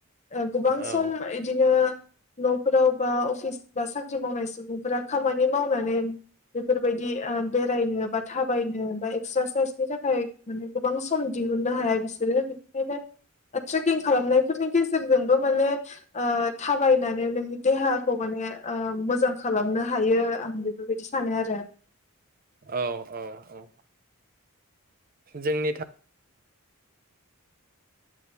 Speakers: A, on the left (about 30°); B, on the right (about 40°).
A: ओ गोबां
B: औ
A: सम इदिनो नफोराव बा अफिस बा साख्रि मावनाय सुबुंफोरा खामानि मावनानै बेफोरबायदि ओ बेरायनो बा थाबायनो बा एक्स्रासाइसनि थाखाय माने गोबां सम दिहुननो हाया बिसोरो बेनिखायनो ट्रेकिं खालामनायफोरनि गेजेरजोंबो माने ओ थाबायनानै नोंनि देहाखौ माने ओ मोजां खालामनो हायो आं बेफोरबायदि सानो आरो।
B: औ औ औ जोंनि था